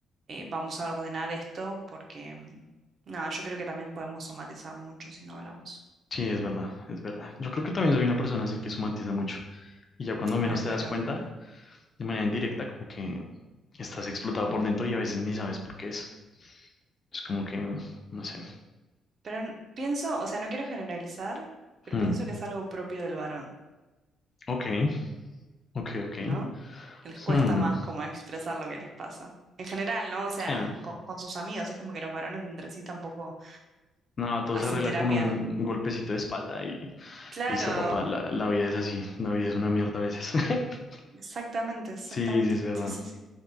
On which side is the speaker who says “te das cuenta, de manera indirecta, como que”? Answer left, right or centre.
Left